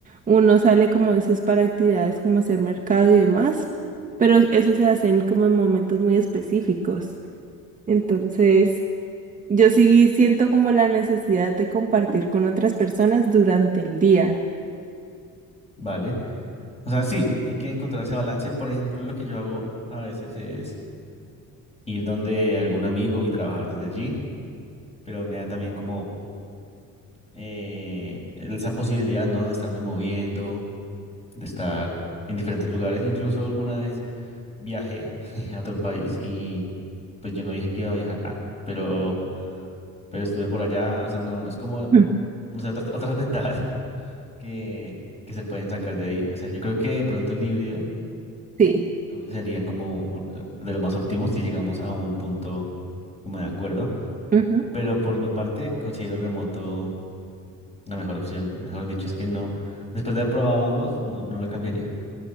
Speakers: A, on the right (about 25°); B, on the left (about 20°).
A: uno sale como a veces para actividades como hacer mercado y demás, pero eso se hacen como en momentos muy específicos. Entonces, yo sí siento como la necesidad de compartir con otras personas durante el día.
B: Vale. O sea, sí, hay que encontrar ese balance. Por ejemplo, lo que yo hago a veces es ir donde algún amigo y trabajar desde allí, pero me da también como eh, esa posibilidad, ¿no? De estarme moviendo, de estar en diferentes lugares. Incluso alguna vez viajé <laughs> a otro país y pues yo no dije que iba a viajar, ah, pero, pero estuve por allá, o sea, no, es como,
A: Mm.
B: no sé, otras, otras ventajas <laughs> que, que se pueden sacar de ahí. O sea, yo creo que de pronto el híbrido
A: Sí,
B: sería como un- de lo más óptimo si llegamos a un punto como de acuerdo,
A: ujú.
B: pero por mi parte considero el remoto la mejor opción. Mejor dicho, es que no, después de haber probado ambos, no, no lo cambiaría.